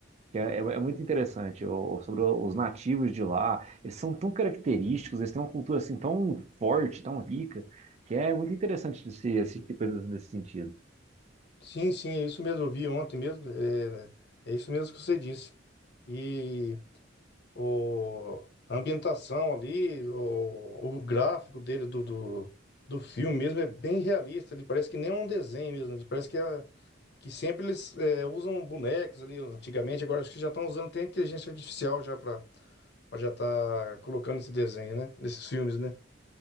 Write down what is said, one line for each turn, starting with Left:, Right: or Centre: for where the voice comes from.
Right: que é, é- é muito interessante, o- sobre o- os nativos de lá. Eles são tão característicos, eles têm uma cultura assim tão forte, tão rica, que é muito interessante esse, esse tipo de coisa nesse sentido.
Left: Sim, sim, é isso mesmo. Eu vi ontem mesmo. É, é isso mesmo que você disse. E o, a ambientação ali, o, o gráfico dele do, do, do filme mesmo é bem realista. Ele parece que nem é um desenho mesmo. Parece que é. que sempre eles é, usam bonecos ali antigamente, agora acho que já estão usando até inteligência artificial já para já tá colocando esse desenho, né? Nesses filmes, né?